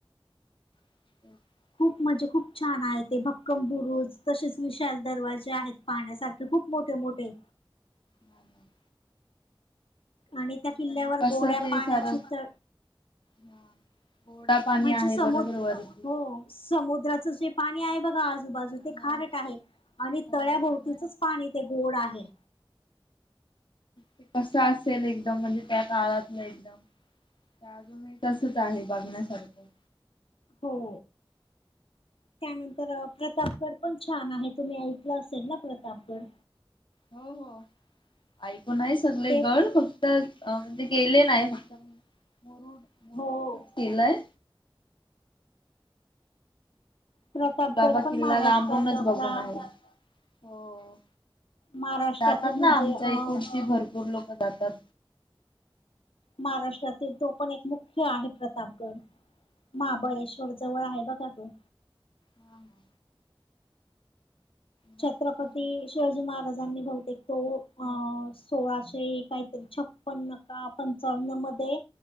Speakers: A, on the left; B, on the left.
A: <unintelligible>
B: खूप मजे खूप छान आहे ते. भक्कम बुरुज तसेच विशाल दरवाजे आहेत. पाहण्यासारखे खूप मोठे मोठे.
A: हा हं.
B: आणि त्या किल्ल्यावर
A: त्यांनी कस
B: गोड्या
A: ते
B: पाण्याची
A: सार
B: तळ
A: ह गोडा पाणी
B: म्हणजे
A: आहे
B: समुद्र
A: बरोबर वरती.
B: हो समुद्राचं जे पाणी आहे बघा, आजूबाजू
A: हा
B: ते खारट आहे आणि
A: हो
B: तळ्याभोवतीचच
A: आणि
B: पाणी ते गोड आहे.
A: ते कसं असेल एकदम म्हणजे त्या काळातलं एकदम. त्या अजूनही तसच आहे बघण्यासारखं.
B: हो. त्यानंतर प्रतापगड पण छान आहे. तुम्ही ऐकलं असेल ना प्रतापगड?
A: हो हो, ऐकून आहे सगळे
B: ते
A: गड फ क्त म्हणजे गेले नाही. फक्त म मुरुड मुरुडच
B: हो
A: तिलाय.
B: प्रतापगड
A: कुलाबा
B: पण
A: किल्लाला
B: महाराष्ट्रात
A: आपूणच
B: आपला
A: बघून आहे. हो
B: महाराष्ट्रातील
A: जातात
B: म्हणजे
A: ना, आमच्या
B: अ
A: इकूडची भरपूर लोकं जातात.
B: महाराष्ट्रातील तो पण एक मुख्य आहे प्रतापगड. महाबळेश्वर
A: हा
B: जवळ आहे बघा तो.
A: हा हा. जातात
B: छत्रपती
A: ना बरोबर
B: शिवाजी महाराज. बांधणी बहुतेक तो अ सोळाशे काहीतरी छप्पन का पंचावन्न मध्ये